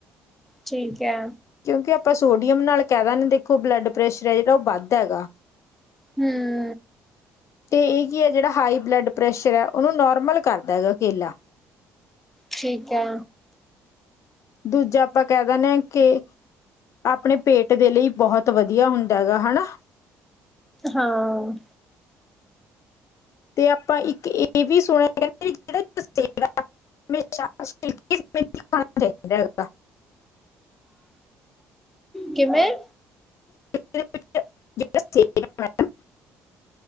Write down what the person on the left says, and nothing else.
ਕਿਉਂਕਿ ਆਪਾਂ ਸੋਡੀਅਮ ਨਾਲ ਕੈ ਦਣ ਦੇਖੋ ਬਲੱਡ ਪ੍ਰੈਸ਼ਰ ਹੈ ਜੇੜਾ ਓਹ ਵੱਧ ਹੈਗਾ।
ਤੇ ਏਹ ਕੀ ਐ ਜੇੜਾ ਹਾਈ ਬਲੱਡ ਪ੍ਰੈਸ਼ਰ ਐ ਓਹਨੂੰ ਨੋਰਮਲ ਕਰਦਾ ਹੈਗਾ ਕੇਲਾ।
ਦੂਜਾ ਆਪਾਂ ਕੈ ਦਣੇ ਆ ਕਿ ਆਪਣੇ ਪੇਟ ਦੇ ਲਈ ਬਹੋਤ ਵਧੀਆ ਹੁੰਦਾ ਹੈਗਾ, ਹਨਾ।
ਤੇ ਆਪਾਂ ਇੱਕ ਇਹ ਵੀ ਸੁਣਿਆ <unintelligible> <unintelligible>
<unintelligible>